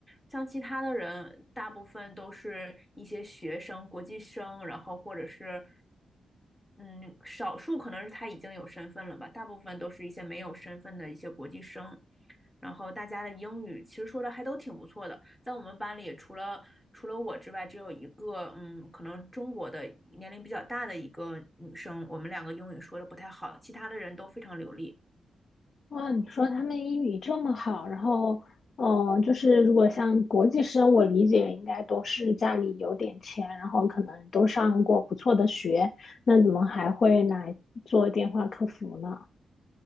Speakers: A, in the centre; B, on the left (about 50°).
A: 像其他的人，大部分都是一些学生、国际生，然后或者是嗯，少数可能是他已经有身份了吧，大部分都是一些没有身份的一些国际生。然后大家的英语其实说的还都挺不错的，在我们班里除了除了我之外，只有一个嗯，可能中国的年龄比较大的一个女生，我们两个英语说的不太好，其他的人都非常流利。
B: 哇，你说他们英语这么好，然后，嗯、就是如果像国际生，我理解应该都是家里有点钱，然后可能都上过不错的学，那怎么还会来做电话客服呢？